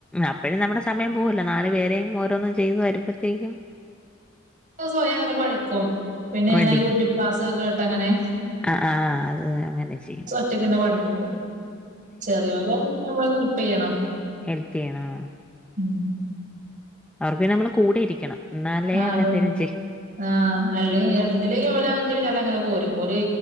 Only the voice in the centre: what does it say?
അപ്പഴും നമ്മടെ സ് സമയം പോവല്ലോ നാല് പേരെയും ഓരോന്നും ചെയ്തു വരുമ്പത്തേക്കും
മടിക്കും
ആഹ് ആഹ് അത് അങ്ങനെ ചെയ്യും
ഹെൽപ് ചെയ്യണം
അവർക്ക് പിന്നെ നമ്മള് കൂടെ ഇരിക്കണം ഇന്നാലേ
അവരെന്തേലും
ചെയ്യ്